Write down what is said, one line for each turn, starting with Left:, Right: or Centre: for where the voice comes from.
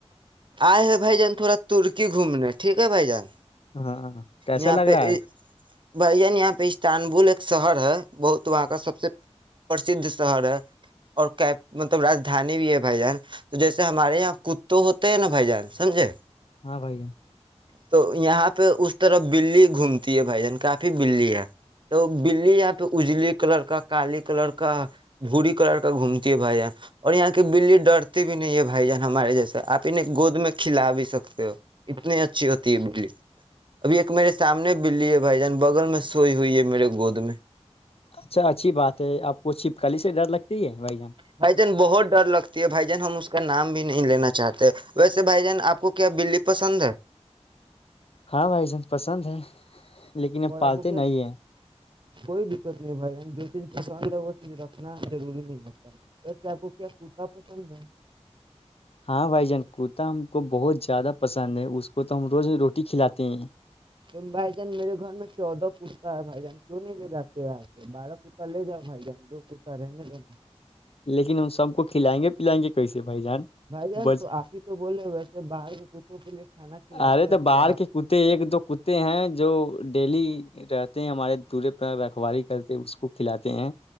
Right: آئے ہے بھائی جان تھوڑا ترکی گھومنے ٹھیک ہے بھائی جان
Left: ہاں کیسا
Right: یہاں
Left: لگ
Right: پہ
Left: رہا ہے
Right: بھائی جان یہاں پہ استنبول ایک شہر ہے بہت وہاں کا سب سے پرسدھ شہر ہے اور مطلب رجدھانی بھی ہے بھائی جان تو جیسے ہمارے یہاں کت ہوتے ہے نا بھائی جان سمجھے
Left: ہاں بائی
Right: تو یہاں پہ اس طرف بلی گھومتی ہے بھائی جان کافی بلیی ہے تو بلی یہاں پہ اجلی کلر کا کالی کلر کا بھووری کلر کا گھومتی ہے بھائی جان اور یہاں کی بلی ڈرتی بھی نہیں ہے بھائی جان ہمارے جیسے آپ گود میں کلا بھیی سکتے ہیں تو اتنی اچھی ہوتی ہے بجلی ابھی ایک میرے سامنے بلی اب بھائی جان بغل میں سوئی ہوئی ہے میرے گود میں
Left: اچھا اچھی بات ہے آپ کو چھپکلی سے ڈر لگتی ہے بھائی جان
Right: بھائی جان بہت ڈر لگتی ہے بھائی جان ہم اس کا نام بھی نہیں لینا چاہتے ویسے بھائی جان آپ کو کیا بلی پسند ہے
Left: ہاں بھائی جان پسند ہے لیکن ا
Right: اور
Left: پالتے
Right: آپ کو کیا
Left: نہیں ہیں
Right: کوئی بھائی جو چیز پسند ہے وہ چیز رکھنا روری نہیں ہوتا وس آپ کو کیا کوتا پسند ہے
Left: ہاں بھائی جان کوتا ہم کو بہت زیادہ پسند ہے اس کو تو ہم روز روٹی کھلاتے ہیں
Right: تو بھائی جان میرے گھر میں چودہ کتا ہے بھائی جان کیوں نہیں لے جاتے آ کے بارہ کرتا لے جاؤ بھائی جان دو کرتا رہنے لا
Left: لیکن ان سب کو کھلائیں گے پلائیں گے کیسے بھائی جان
Right: بھائی جان
Left: بس
Right: تو آپ ہی تو بولے ویسے باہر میں کتوں کے لیے کھانا کھلاتے
Left: ارے
Right: ہیں
Left: تو باہر
Right: وہ
Left: کے کتے ایک دو کتے ہیں جو ڈیلی رہتے ہیں ہمارے دورے پر رکھواری کرتے اس کو کھلاتے ہیں